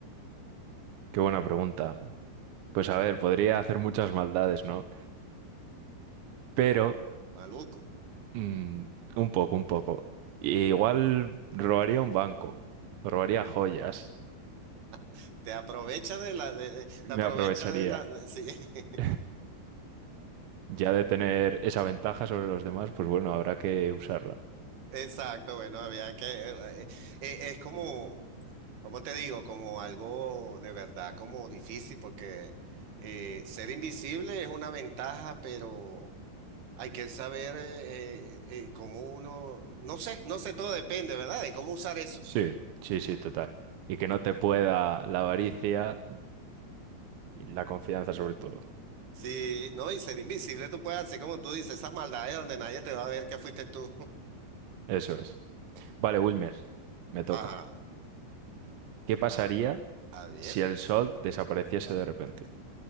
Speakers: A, on the right; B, on the right.
A: Qué buena pregunta. Pues a ver, podría hacer muchas maldades, ¿no? Pero
B: Maluco.
A: Mm, un poco, un poco. E Igual robaría un banco, robaría joyas,
B: <laughs> te aprovecha de la, de- de- te
A: me
B: aprovecha
A: aprovecharía.
B: de la,
A: <laughs>
B: de- sí. <laughs>
A: Ya de tener esa ventaja sobre los demás, pues bueno, habrá que usarla.
B: Exacto, bueno, había que, eh, eh, eh, es como, como te digo, como algo de verdad, como difícil, porque eh, ser invisible es una ventaja, pero hay que saber eh, eh, eh, cómo uno, no sé, no sé, todo depende, ¿verdad? De cómo usar eso.
A: Sí, sí, sí, total. Y que no te pueda la avaricia y la confianza sobre todo.
B: Sí, no, y ser invisible tú puedes hacer, como tú dices, esas maldades donde nadie te va a ver que fuiste tú.
A: Eso es. Vale, Wilmer, me toca.
B: <laughs> Ajá,
A: ¿Qué pasaría
B: a, a ver,
A: si el sol desapareciese de repente?